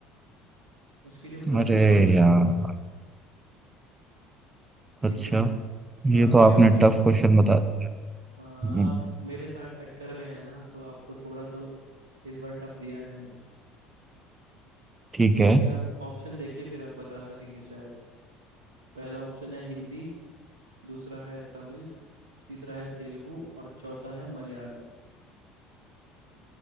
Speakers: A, on the right; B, on the right.
A: उसकी जो प्रमुख
B: अरे
A: भाषा
B: यार
A: थी ठीक
B: अच्छा
A: है
B: ये
A: आपके
B: तो आपने
A: ऑप्शन
B: टफ क्वेश्चन बता दिया
A: हाँ
B: हम्म,
A: आप मेरे साथ टक्कर में है ना तो आपको थोड़ा तो इस बार टफ दिया है मैंने
B: ठीक
A: चलिए
B: है
A: आप ऑप्शन देखिए फिर आप बता सकेंगे शायद पहला ऑप्शन है हिंदी दूसरा है तमिल तीसरा है तेलुगु और चौथा है मलयालम